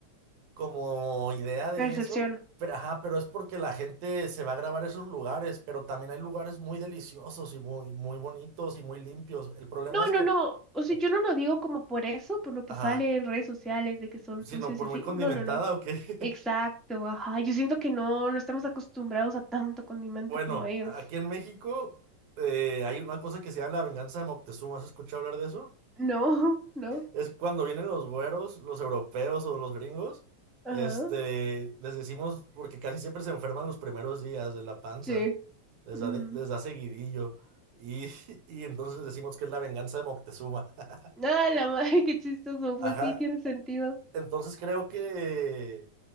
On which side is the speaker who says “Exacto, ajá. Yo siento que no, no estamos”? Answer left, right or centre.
Centre